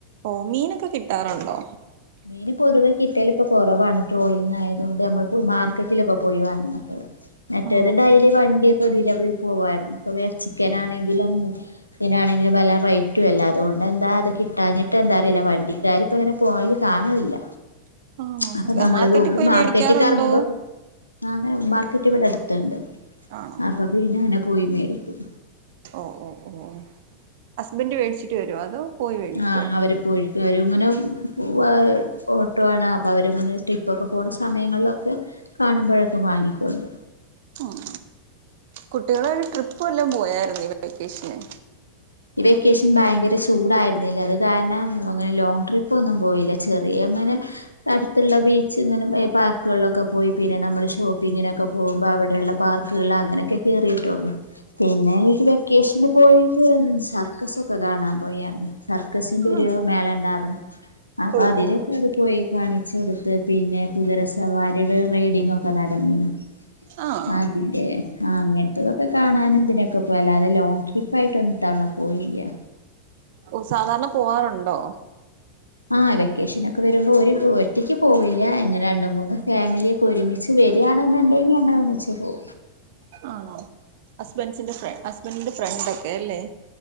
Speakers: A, on the right; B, on the left.
A: ഓ മീനൊക്കെ കിട്ടാറുണ്ടോ
B: മീന് പൊതുവെ കിട്ടിയാൽ ഇപ്പൊ കുറവാണ് ട്രോളിങ്ങ് ആയതുകൊണ്ട് നമ്മൾ പ്പോ മാർക്കറ്റിലൊക്കെ പോയി വാങ്ങ്ണത മറ്റേത്
A: ആണോ
B: ഡയലി വണ്ടിയൊക്കെ ഇതിലെ പോവാരുന്നു ഇപ്പ വേ ചിക്കനാണങ്കിലും ഇതിനാണെങ്കില് പല റൈറ്റും അല്ല അതുകൊണ്ട് എന്താ അത് കിട്ടാഞ്ഞ്ട്ട്ന്താ അറീല്ല വണ്ടിക്കാരിപ്പ അങ്ങനെ പോവല് കാണല്ല
A: ആണോ
B: അപ്പൊ നമ്മള്
A: മാർക്കറ്റിൽ
B: പോവുമ്പ
A: പോയി
B: മാർക്കറ്റി
A: വേടിക്കാറുണ്ടോ
B: ക്ക് എറ്ങ്ങു മ്പം ആന്നേ മാർക്കറ്റ് ഇവിടെ അടുത്ത്ണ്ട്
A: ആണോ
B: അപ്പൊ പിന്നെ അങ്ങനെ പോയി മേടിക്കും
A: ഓ ഓ ഓ ഹസ്ബൻഡ് മേടിച്ചിട്ട് വരോ അതോ പോയി മേടിക്കോ
B: ആഹ് അവര് പോയിട്ട് വരും ഇങ്ങനെ പോവാ ഓട്ടോ ആണ് അപ്പ അവരങ്ങനെ ട്രിപ്പൊക്കെ പോണ സമയങ്ങളിലൊക്കെ കാണുമ്പോഴൊക്കെ വാങ്ങി കൊണ്ട്
A: ഉം കുട്ടികളേയി ട്രിപ്പ് വെല്ലോം പോയായിരുന്ന ഈ വേക്കേഷന്
B: ഈ വെക്കേഷൻ ഭയങ്കര ചൂടായിരുന്നില്ല അത് കാരണം അങ്ങനെ ലോങ്ങ് ട്രിപ്പ ഒന്നും പോയില്ല ചെറിയ അങ്ങനെ അടുത്തുള്ള ബീച്ച്ങ്ങനും പാർക്കുകളിലൊക്കെ പോയി പിന്നെ നമ്മള് ഷോപ്പിങ്ങിനൊക്കെ പോകുമ്പോ അവിടെള്ള പാർക്കുകളിൽ അങ്ങനെയൊക്കെ കേറിയിട്ടുള്ളു പിന്നെണക്കി വെക്കേഷന് പോയത് സർക്കസൊക്കെ കാണാൻ പോയാരുന്നു സർക്കസിന്റെ
A: ആ
B: ഒരു മേള ഉണ്ടാരുന്നു അപ്പ
A: ഓ
B: അതിലൊക്കെ
A: ഓ
B: പോയി കാണിച്ചെടുത്ത് പിന്നെ കുതിരസവാരിയുടെ റൈഡിങ്ങ ഒക്കെ നടന്നി നി
A: ആഹ്
B: ആ അതിന്റെ ആ അങ്ങനത്തെതൊക്കെ കാണാനും ഇതിനൊക്കെ പോ അല്ലാതെ ലോങ് ട്രിപ്പ് ആയിട്ട് ഒന്ന് ഇത്തവണ പോയീല്ല
A: ഉ സാധാരണ പോവാറുണ്ടോ
B: ആഹ് വെക്കേഷൻ ഒക്കെ വരുമ്പോ ഒരു ഒറ്റയ്ക്ക് പോവില്ല ഇങ്ങനെ രണ്ട് മൂന്ന് ഫാമിലി ഒരുമിച്ച് വരാണെന്നുണ്ടെങ്കി അങ്ങനെ ഒന്നിച്ച് പോവും
A: ആണോ ഹസ്ബൻസിന്റെഫ്ര ഹസ്ബൻ്റ്ന്റെ ഫ്രണ്ട് ഒക്കെ അല്ലേ